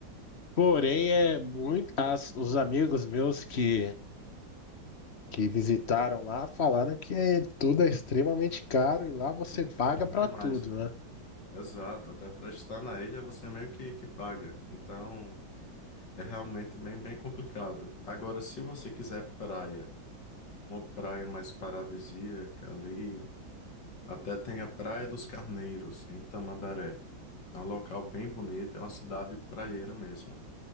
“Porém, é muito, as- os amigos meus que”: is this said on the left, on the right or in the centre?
Left